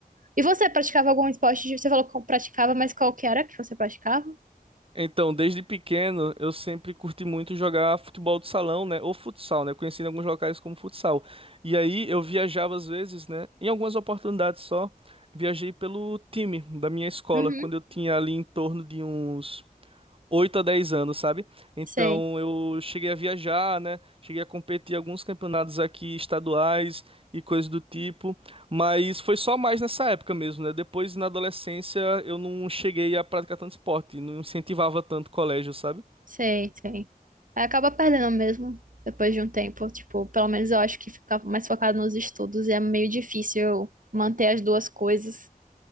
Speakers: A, on the right (about 60°); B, on the right (about 35°).
A: E você praticava algum esporte? Você falou que praticava, mas qual que era que você praticava?
B: Então, desde pequeno, eu sempre curti muito jogar futebol de salão, né? Ou futsal, né? Conheci em alguns locais como futsal. E aí, eu viajava às vezes, né? Em algumas oportunidades só, viajei pelo time da minha escola,
A: Uhum,
B: quando eu tinha ali em torno de uns... 8 a 10 anos, sabe? Então
A: sei,
B: eu cheguei a viajar, né? Cheguei a competir em alguns campeonatos aqui estaduais e coisas do tipo, mas foi só mais nessa época mesmo, né? Depois na adolescência eu não cheguei a praticar tanto esporte, não incentivava tanto o colégio, sabe?
A: sei, sei. Aí acaba perdendo mesmo, depois de um tempo, tipo, pelo menos eu acho que ficava mais focado nos estudos e é meio difícil eu manter as duas coisas.